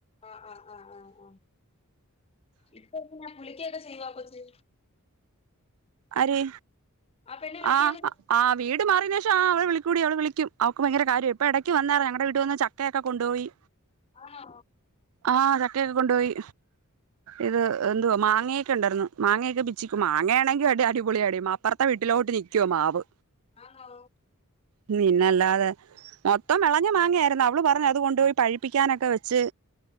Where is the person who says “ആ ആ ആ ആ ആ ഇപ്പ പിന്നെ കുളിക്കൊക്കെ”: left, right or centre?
Left